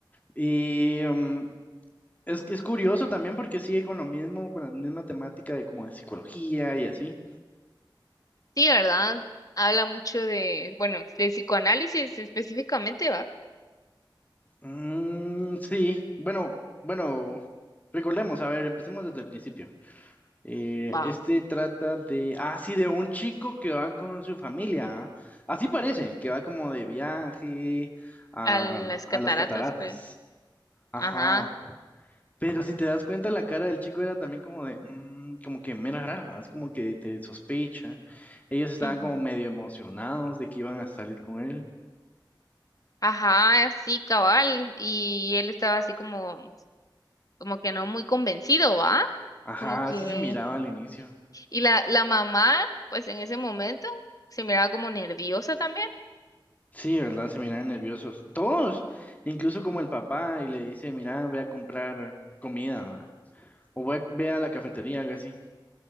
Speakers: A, on the left; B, on the left.
A: Y mm, es que es curioso también porque sigue con lo mismo, con la misma temática de como de psicología y así.
B: Sí, ¿verdad? Habla mucho de, bueno, de psicoanálisis específicamente, va.
A: Mm, sí, bueno, bueno, recordemos, a ver, empecemos desde el principio. Eh,
B: Va.
A: este trata de, ah, sí, de un chico que va con su familia. ¿ah? Así parece, que va como de viaje a,
B: A las
A: a
B: cataratas,
A: las cataratas.
B: creo.
A: Ajá.
B: Ajá.
A: Pero si te das cuenta, la cara del chico era también como de, mm, como que mera rara, es como que te sospecha. Ellos estaban
B: Ujú.
A: como medio emocionados de que iban a salir con él.
B: Ajá, sí, cabal. Y él estaba así como, como que no muy convencido, ¿va?
A: Ajá,
B: como que...
A: así se miraba al inicio.
B: Y la, la mamá, pues en ese momento, se miraba como nerviosa también.
A: Sí, ¿verdad? Se miraban nerviosos. Todos, incluso como el papá, y le dice, mira, voy a comprar comida. O voy a, ve a la cafetería, algo así,